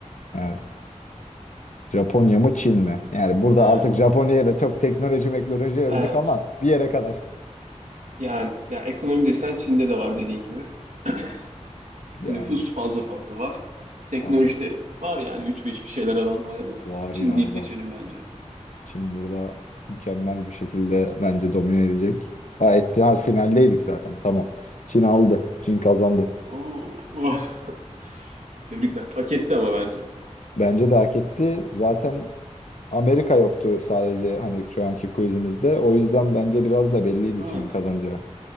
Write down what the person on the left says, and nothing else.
Evet. Japonya
mı Çin mi? Yani burada
artık Japonya'ya da çok teknoloji meknoloji övdük
ama bir yere kadar.
Yani
aynen.
Var
ya
var.
Çin burada mükemmel bir şekilde bence domine edecek. Ha etti hal finaldeydik zaten. Tamam. Çin aldı. Çin kazandı.
Bence de hak etti. Zaten Amerika yoktu sadece hani şu anki quizimizde. O yüzden bence biraz da belliydi
Çin'in kazanacağı.